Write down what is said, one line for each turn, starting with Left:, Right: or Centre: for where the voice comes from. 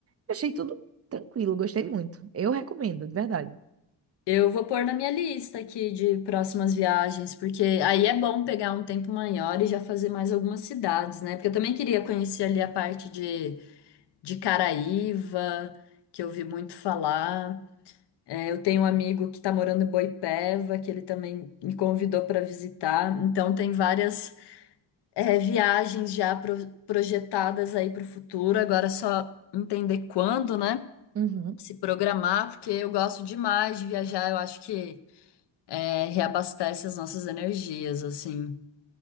Right: eu achei tudo tranquilo, gostei muito. Eu recomendo, de verdade.
Left: eu vou pôr na minha lista aqui de próximas viagens, porque aí é bom pegar um tempo maior e já fazer mais algumas cidades, né? Porque eu também queria conhecer ali a parte de, de Caraíva, que eu ouvi muito falar. É, eu tenho um amigo que está morando em Boipeva, que ele também me convidou para visitar. Então, tem várias, é, viagens já pro- projetadas aí para o futuro. Agora é só entender quando, né?
Right: Uhum.
Left: Se programar, porque eu gosto demais de viajar. Eu acho que, é, reabastece as nossas energias, assim.